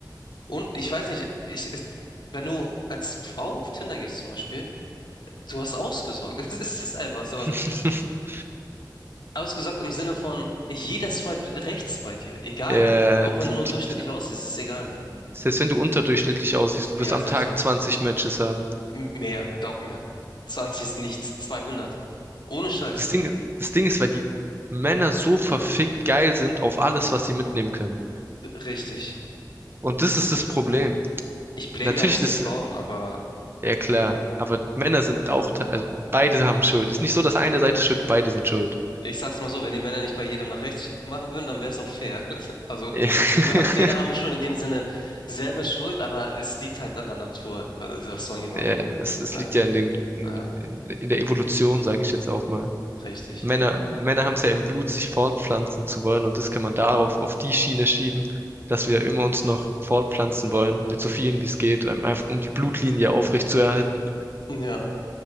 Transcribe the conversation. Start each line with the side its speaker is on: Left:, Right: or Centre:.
Left: und ich weiß nicht, ich, es- wenn du als Frau auf Tinder gehst zum Beispiel, du hast ausgesorgt. <laughs> Es ist es ist einfach so.
Right: <laughs>
Left: Also ausgesorgt im Sinne von, jeder swipe rechts bei dir. Egal
Right: Ja,
Left: halt, auch wenn
Right: die,
Left: du nur
Right: die,
Left: durchschnittlich aussiehst, ist egal.
Right: selbst wenn du unterdurchschnittlich aussiehst, du
Left: Ja,
Right: wirst am
Left: selbst
Right: Tag
Left: dann.
Right: 20 Matches haben.
Left: M- Mehr, glaub mir. 20 ist nichts, 200. Ohne Scheiß.
Right: Das Ding, das Ding ist, weil die Männer so verfickt geil sind auf alles, was sie mitnehmen können.
Left: Richtig.
Right: Und das ist das Problem.
Left: Ich blame
Right: Natürlich,
Left: ja auch nicht
Right: das
Left: die Frauen, aber
Right: Ja, klar. Aber Männer sind auch, te- also beide haben Schuld. ist nicht so, dass eine Seite schuld, beide sind schuld.
Left: ich sag's mal so, wenn die Männer nicht bei jedem nach rechts machen würden, dann wäre es auch fair. <laughs> Also,
Right: Ja, <laughs>
Left: wir haben, Männer haben schon in dem Sinne selber Schuld, aber es liegt halt an der Natur. Was was sollen
Right: ja,
Left: die machen?
Right: es, es
Left: Ja,
Right: liegt ja in den, in,
Left: ja,
Right: in in der Evolution, sage ich jetzt auch mal.
Left: richtig.
Right: Männer, Männer haben es ja im Blut, sich fortpflanzen zu wollen und das kann man darauf, auf die Schiene schieben, dass wir immer uns noch fortpflanzen wollen, mit so vielen wie es geht, ähm, einfach um die Blutlinie aufrechtzuerhalten.
Left: Ja,